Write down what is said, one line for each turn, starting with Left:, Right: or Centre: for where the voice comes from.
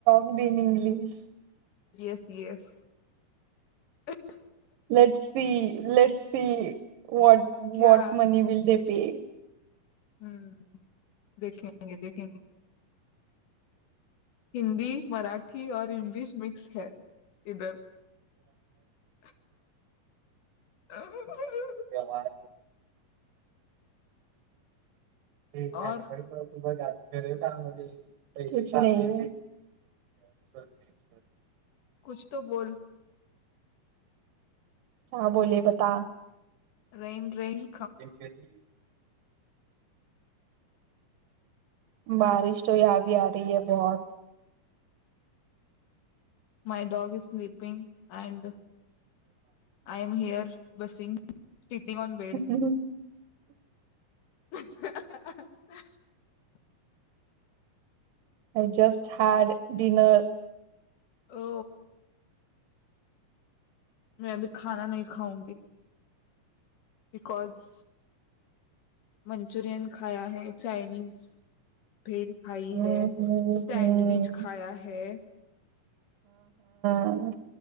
Right: <unintelligible>
Left: <unintelligible>
Right: <unintelligible> <unintelligible> <unintelligible>
Left: क्या
Right: ते
Left: <unintelligible> <unintelligible> <unintelligible> <inaudible>
Right: व्यवहार ये कांनपाडीत
Left: और
Right: मारीन बग आत सरळ सांगलोय <unintelligible>
Left: कुछ तो बोल
Right: क्या बोले बता.
Left: रिम रिम..
Right: <unintelligible> बारिश तो या भी आ रही है बहुत.
Left: My dog is sleeping and I am here. बसिंग. सिटिंग ऑन bed
Right: ह Hum
Left: <inaudible>
Right: I just had dinner.
Left: हो मे अभी खाना नाही खाउंगी. बिकॉज.. मंचुरियन खाया है चायनीज, भेल खाई
Right: हम्म
Left: है
Right: हम्म
Left: सँडविच
Right: हम्म.
Left: खाया है.
Right: हा